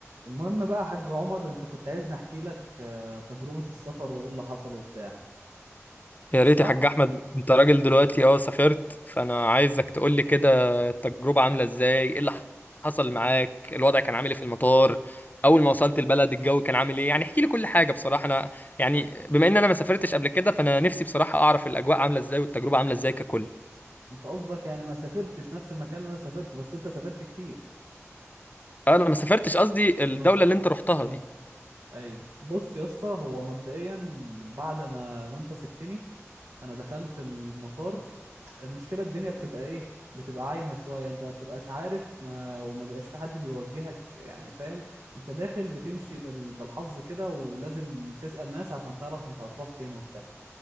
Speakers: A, on the right; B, on the left.
A: المهم بقى يا حاج عمر انت كنت عايزني احكي لك آه، تجربة السفر وايه اللي حصل وبتاع
B: يا
A: مش
B: ريت
A: صح؟
B: يا حاج احمد انت راجل دلوقتي اه سافرت فانا عايزك تقول لي كده التجربه عامله ازاي ايه اللي حصل معاك
A: مم.
B: الوضع كان عامل ايه في المطار اول ما وصلت البلد الجو كان عامل ايه يعني احكي لي كل حاجه بصراحه انا يعني بما ان انا ما سافرتش قبل كده فانا نفسي بصراحه اعرف الاجواء عامله ازاي والتجربه عامله ازاي ككل
A: انت قصدك يعني ما سافرتش نفس المكان اللي انا سافرته بس انت سافرت كتير
B: انا ما سافرتش قصدي الدوله
A: اه
B: اللي انت رحتها
A: اه
B: دي
A: ايوه بص يا اسطى هو مبدئيا بعد ما ما انت سبتني انا دخلت المطار المشكله الدنيا بتبقى ايه بتبقى عايمه شويه انت ما بتبقاش عارف ما وما بيبقاش في حد بيوجهك يعني فاهم انت داخل بتمشي بال... بالحظ كده ولازم تسأل ناس عشان تعرف انت هتروح فين وبتاع